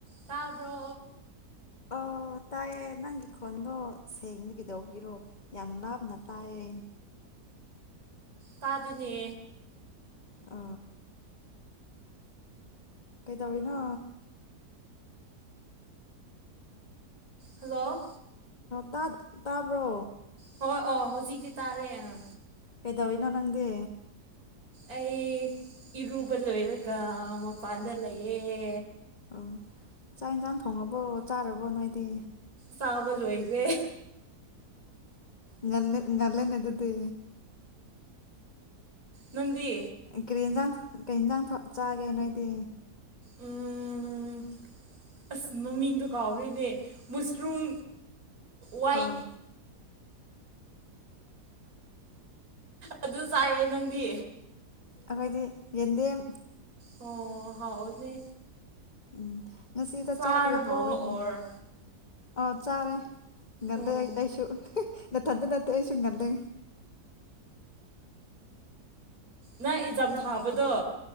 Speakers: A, on the right; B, on the left.
A: ꯇꯥꯕ꯭ꯔꯣ
B: ꯑꯣ ꯇꯥꯏꯌꯦ ꯅꯪꯒꯤ ꯈꯣꯟꯗꯣ ꯁꯦꯡꯅꯒꯤꯗꯧꯕꯒꯤꯔꯣ ꯌꯥꯝ ꯂꯥꯞꯅ ꯇꯥꯏꯌꯦ
A: ꯄꯥꯗꯅꯦ
B: ꯑ ꯀꯩꯗꯧꯔꯤꯅꯣ
A: ꯍꯜꯂꯣ
B: ꯇꯥ ꯇꯥꯕ꯭ꯔꯣ
A: ꯍꯣꯏ ꯑꯣ ꯍꯧꯖꯤꯛꯇꯤ ꯇꯥꯔꯦ ꯑꯥ
B: ꯀꯩꯗꯧꯂꯤꯅꯣ ꯅꯪꯗꯦ
A: ꯑꯩ ꯏꯔꯨꯕ ꯂꯣꯏꯔꯒ ꯃꯄꯥꯟꯗ ꯂꯩꯌꯦ
B: ꯑꯣ ꯆꯥꯛ ꯌꯦꯟꯁꯥꯡ ꯊꯣꯡꯉꯕꯣ ꯆꯥꯔꯕꯣ ꯅꯣꯏꯗꯤ
A: ꯆꯥꯕ ꯂꯣꯏꯁꯦ
B: ꯉꯜꯂ ꯉꯜꯂꯦꯅꯦ ꯑꯗꯨꯗꯤ
A: ꯅꯪꯗꯤ
B: ꯀꯔꯤ ꯌꯦꯟꯁꯥꯡ ꯀꯩ ꯌꯦꯟꯖꯥꯡ ꯆꯥꯒꯦ ꯅꯣꯏꯗꯤ
A: ꯎꯝ ꯑꯁ ꯃꯃꯤꯡꯗ ꯀꯥꯎꯒ꯭ꯔꯦꯅꯦ ꯃꯨꯁꯔꯨꯝ ꯋꯥꯏ
B: ꯑꯣ
A: ꯑꯗꯨ ꯆꯥꯏꯑꯦ ꯅꯪꯗꯤ
B: ꯑꯈꯣꯏꯗꯤ ꯌꯦꯟꯗꯦꯝ
A: ꯑꯣ ꯍꯥꯎꯅꯦ
B: ꯎꯝ ꯉꯁꯤꯗ
A: ꯆꯥꯔꯕꯣ
B: ꯆꯥꯕꯒꯤ ꯍꯥꯎꯋꯦ ꯎꯝ
A: ꯑꯣꯔ
B: ꯑꯣ ꯆꯥꯔꯦ ꯉꯜꯂꯦ
A: ꯑꯣ
B: ꯑꯩ ꯑꯩꯁꯨ ꯃꯊꯟꯇ ꯅꯠꯇꯦ ꯑꯩꯁꯨ ꯉꯜꯂꯦ
A: ꯅꯪ ꯑꯦꯛꯖꯥꯝ ꯊꯥꯕꯗꯣ